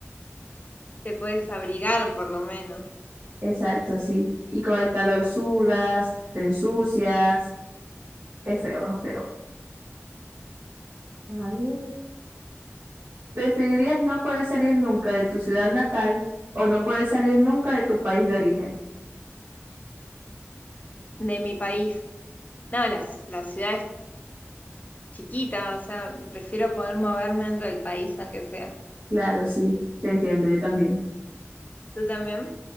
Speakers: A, on the left; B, on the right.
A: te puedes abrigar por lo menos.
B: Exacto, sí. Y con el calor sudas, te ensucias. Es feo, es feo. A ver. ¿Preferirías no poder salir nunca de tu ciudad natal o no poder salir nunca de tu país de origen?
A: De mi país. No, la, la ciudad es chiquita, o sea, prefiero poder moverme dentro del país aunque sea.
B: Claro, sí, te entiendo, yo también.
A: ¿Tú también?